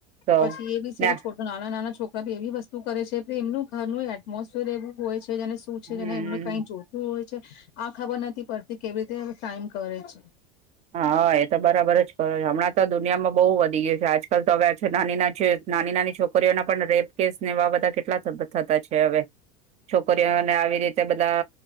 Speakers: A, on the right (about 35°); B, on the left (about 55°).
A: તો
B: પછી એવીજ. તેલો
A: ના
B: છોટો નાના છોક ભાભી એવી વસ્તુ કરે છે, પ્રેમનું ઘરનું એટમોસફિયર એવું હોય છે. તો જેને શું છે
A: હમ
B: જેને એમને કંયજોતું હોય છે. આ ખબર નથી પડતી કેવી રીતે એમ ટાઈમ કરે છે.
A: હાઆઆ એતો બરાબર જ કરા હમણાં તો દુનિયામાં બૌવ વધી ગય છે. આજકાલ તો અવે છે નાની નાછે નાની નાની છોકરીઓના પણ રેપ કેસ નેએવા બધા કેટલા થ થતા છે. હવે છોકરીઓને આવી રીતે બધા